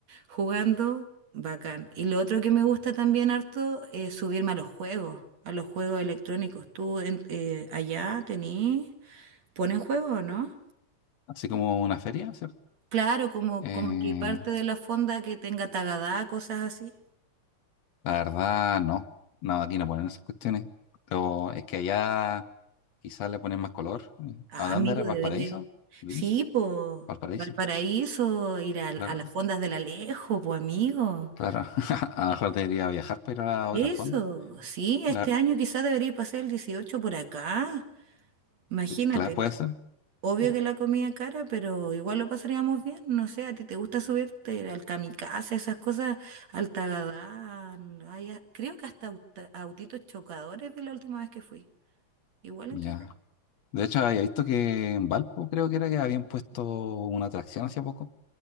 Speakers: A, on the right; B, on the left.
A: jugando, bacán. Y lo otro que me gusta también harto es subirme a los juegos, a los juegos electrónicos. ¿Tú en- eh, allá tenés, ponen juegos o no?
B: Así como una feria, ¿cierto?
A: Claro, como,
B: Eh,
A: como que parte de la fonda que tenga Tagadá, cosas así.
B: La verdad, no. No, aquí no ponen esas cuestiones. Pero es que allá quizás le ponen más color.
A: Ah,
B: ¿A dónde
A: amigo,
B: era? ¿Valparaíso?
A: debería ir.
B: ¿Viña?
A: Sí, pues,
B: ¿Valparaíso?
A: Valparaíso, ir al-
B: Claro,
A: a, las fondas del Alejo, pues, amigo.
B: claro. <laughs> A lo mejor debería viajar para ir a otro
A: Eso,
B: fondo.
A: sí, este
B: claro
A: año quizás debería pasar el 18 por acá. Imagínate.
B: Claro, puede ser.
A: Obvio
B: De-
A: que la comida cara, pero igual lo pasaríamos bien. No sé, ¿a ti te gusta subirte al kamikaze, esas cosas, al Tagadán? Hay a- creo que hasta auta- autitos chocadores de la última vez que fui. Igual
B: Ya.
A: entre...
B: De hecho, había visto que en Valpo creo que era que habían puesto una atracción hace poco.